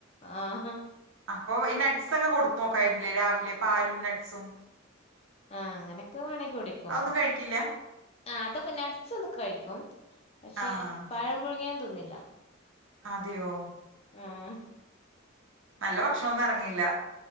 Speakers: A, on the left; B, on the right.
A: ആ ഹ
B: അപ്പൊ ഈ നട്സക്കെ കൊടുത്തു നോക്കായിരുന്നില്ലേ രാവിലെ പാലും നട്സും
A: ആ അങ്ങനെക്കെ വേണങ്കി കുടിക്കും
B: അതൊന്നും കഴിക്കില്ല
A: ആ അതൊക്കെ നട്സുംതൊക്കെ കഴിക്കും. പക്ഷെ
B: ആഹ്
A: പഴം പുഴുങ്ങിയൻ തിന്നില്ല.
B: അതെയോ
A: ഉം ഹ്
B: നല്ല ഭക്ഷണൊന്നും എർങ്ങില്ല.